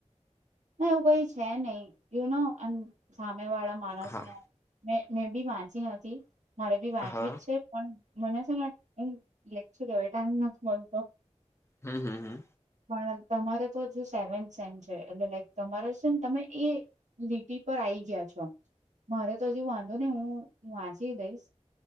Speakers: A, on the right; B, on the left.
A: ના એવું કઈ છે નહી યુ ન એ. સામે વાળા માણસ
B: હા
A: ને મે મેં બી વાંચી ન. મારે બી વાંચવી
B: હા
A: જ છે પણ મને છેને લેકચ કેવાય ટાઈમ નથી મળતો.
B: હમ હમ હમ.
A: પણ તમારે તો જો સેવન્થ સેમ છે એટલે લાઈક તમારે છે ને તમે એ લીટી પર આઈ ગયા છો મારે તો હજ વાંધો ને હું વાંચી દઈશ